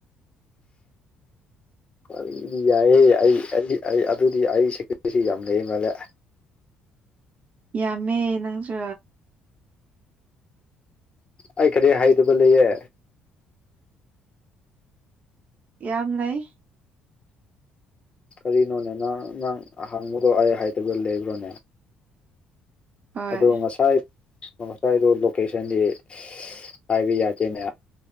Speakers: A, on the left; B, on the right.
A: ꯑꯗꯨꯗꯤ ꯌꯥꯏꯍꯦ ꯑꯩ ꯑꯩ ꯑꯩ ꯑꯗꯨꯗꯤ ꯑꯩ ꯁꯦꯀ꯭ꯌꯨꯔꯤꯁꯤ ꯌꯥꯝ ꯂꯩ ꯃꯥꯂꯦ
B: ꯌꯥꯝꯃꯦ ꯅꯪꯁꯨ
A: ꯑꯩ ꯀꯔꯤ ꯍꯥꯏꯗꯕ ꯂꯩꯌꯦ
B: ꯌꯥꯝ ꯂꯩ
A: ꯀꯔꯤꯅꯣꯅꯦ ꯅꯪ ꯅꯪ ꯑꯍꯥꯡꯕꯗꯣ ꯑꯩ ꯍꯥꯏꯗꯒ ꯂꯩꯕ꯭ꯔꯣꯅꯦ
B: ꯍꯣꯏ
A: ꯑꯗꯣ ꯉꯁꯥꯏ ꯉꯁꯥꯏꯗꯣ ꯂꯣꯀꯦꯁꯟꯗꯤ ꯍꯥꯏꯕ ꯌꯥꯗꯦꯅꯦ